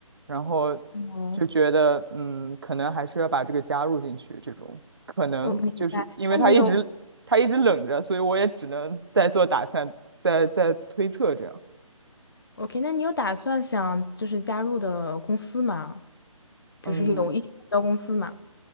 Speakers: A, on the right (about 45°); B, on the left (about 40°).
A: 然后
B: 哦，
A: 就觉得嗯，可能还是要把这个加入进去，这种可能就是因为他一直他一直冷着，
B: 我明白。那你有
A: 所以我也只能再做打算，再再推测这样。
B: OK，那你有打算想就是加入的公司吗？就是有一些目标公司吗？
A: 嗯